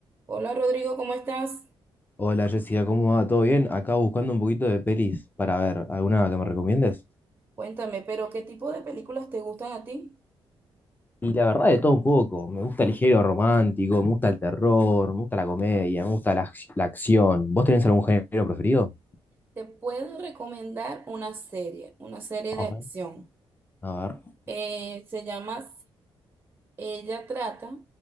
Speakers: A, on the right; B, on the left.
A: Hola Rodrigo, ¿cómo estás?
B: Hola Jessica, ¿cómo va? ¿Todo bien? Acá buscando un poquito de pelis para ver, ¿alguna que me recomiendes?
A: Cuéntame, pero ¿qué tipo de películas te gustan a ti?
B: Y la verdad de todo un poco, me gusta el género romántico, me gusta el terror, me gusta la comedia, me gusta la, ac- la acción. ¿Vos tenés algún género preferido?
A: Te puedo recomendar una serie, una serie
B: Vamos
A: de acción.
B: a ver. A ver.
A: Eh, se llama Ella trata